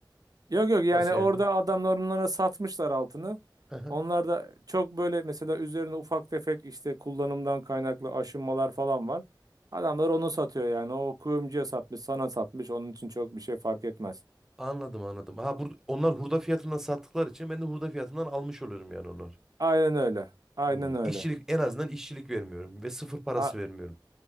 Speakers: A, on the right; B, in the centre.
A: Yok yok yani
B: Nasıl
A: orada
B: yani?
A: adamlar onlara satmışlar altını.
B: Hı hı.
A: Onlar da çok böyle mesela üzerine ufak tefek işte kullanımdan kaynaklı aşınmalar falan var. Adamlar onu satıyor yani. O kuyumcuya satmış, sana satmış. Onun için çok bir şey fark etmez.
B: Anladım anladım. Ha bur onlar hurda fiyatından sattıkları için ben de hurda fiyatından almış oluyorum yani onlar.
A: Aynen öyle. Aynen
B: Hmm.
A: öyle.
B: İşçilik en azından işçilik vermiyorum ve sıfır parası
A: A
B: vermiyorum.